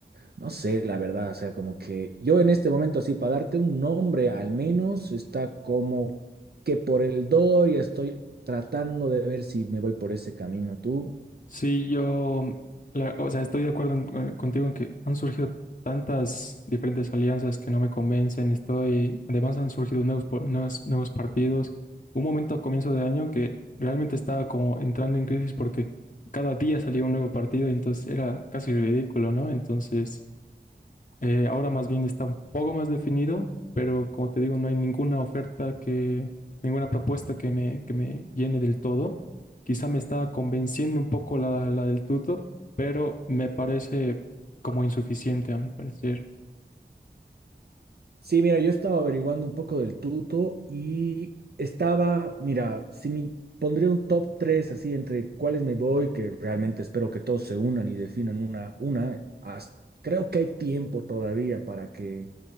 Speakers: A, on the right; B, on the left.
A: no sé, la verdad, o sea, como que yo en este momento, así, para darte un nombre al menos, está como que por el Doria estoy tratando de ver si me voy por ese camino tú.
B: Sí, yo, la- o sea, estoy de acuerdo en- eh, contigo en que han surgido tantas diferentes alianzas que no me convencen. Estoy, además han surgido nuevos, po- nuevas- nuevos partidos. Un momento a comienzo de año que realmente estaba como entrando en crisis porque cada día salía un nuevo partido, entonces era casi ridículo, ¿no? Entonces, eh, ahora más bien está un poco más definido, pero como te digo, no hay ninguna oferta que, ninguna propuesta que me, que me llene del todo. Quizá me está convenciendo un poco la, la del tuto, pero me parece como insuficiente a mi parecer.
A: Sí, mira, yo estaba averiguando un poco del tuto y estaba, mira, si me pondría un top 3 así entre cuáles me voy, que realmente espero que todos se unan y definan una, una, as- creo que hay tiempo todavía para que